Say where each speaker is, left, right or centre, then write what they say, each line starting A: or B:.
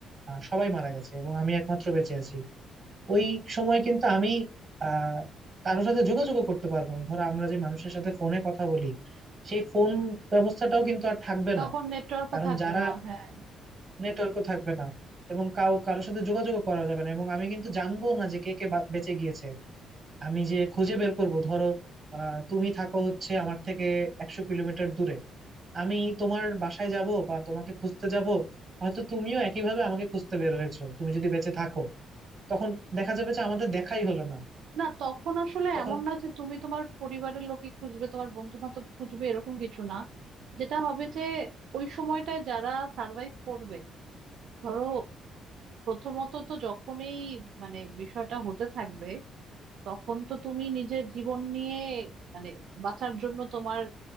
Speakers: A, on the right (about 35°); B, on the right (about 70°).
A: আহ, সবাই মারা গেছে এবং আমি একমাত্র বেঁচে আছি ওই সময় কিন্তু আমি আহ কারোর সাথে যোগাযোগও করতে পারবো না ধরো আমরা যে মানুষের সাথে ফোনে কথা বলি সেই ফোন ব্যবস্থাটাও কিন্তু আর থাকবে
B: তখন
A: না
B: নেটওয়ার্কও
A: কারণ
B: থাকবে
A: যারা
B: না হ্যাঁ
A: নেটওয়ার্কও থাকবে না এবং কাউ কারোর সাথে যোগাযোগ করা যাবে না এবং আমি কিন্তু জানবো না যে কে কে বা- বেঁচে গিয়েছে আমি যে খুঁজে বের করব ধরো আহ তুমি থাকো হচ্ছে আমার থেকে একশো কিলোমিটার দূরে আমি তোমার বাসায় যাব বা তোমাকে খুঁজতে যাব হয়তো তুমিও একইভাবে আমাকে খুঁজতে বের হয়েছো তুমি যদি বেঁচে থাকো তখন দেখা যাবে যে আমাদের দেখাই হলো না
B: না তখন আসলে
A: তখন
B: এমন না যে তুমি তোমার পরিবারের লোকে খুঁজবে তোমার বন্ধু বান্ধব খুঁজবে এরকম কিছু না যেটা হবে যে ওই সময়টায় যারা সার্ভাইভ করবে ধরো প্রথমত তো যখনই মানে বিষয়টা হতে থাকবে তখন তো তুমি নিজের জীবন নিয়ে মানে বাঁচার জন্য তোমার